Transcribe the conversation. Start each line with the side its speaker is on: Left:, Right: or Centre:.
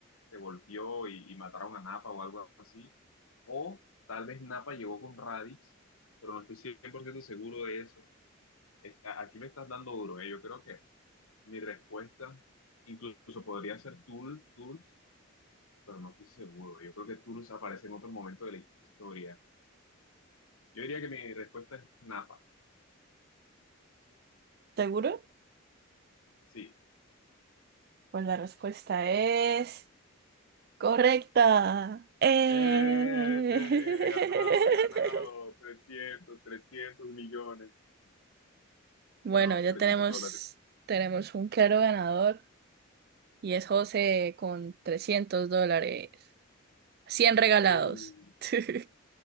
Left: se golpeó y, y mataron a Nappa o algo así. O tal vez Nappa llegó con Raditz, pero no estoy 100% seguro de eso. Es- a- Aquí me estás dando duro, ¿eh? Yo creo que mi respuesta incluso podría ser Tool, Tools, pero no estoy seguro. Yo creo que Tools aparece en otro momento de la historia. Yo diría que mi respuesta es Nappa.
Right: ¿Seguro?
Left: Sí,
Right: Pues la respuesta es correcta. Eh.
Left: Eh, he ganado, he ganado trescientos,
Right: <laughs>
Left: trescientos millones.
Right: Bueno,
Left: No,
Right: ya
Left: 300
Right: tenemos,
Left: dólares.
Right: tenemos un claro ganador. Y es José con 300 dólares. cien regalados.
Left: Mm.
Right: <laughs>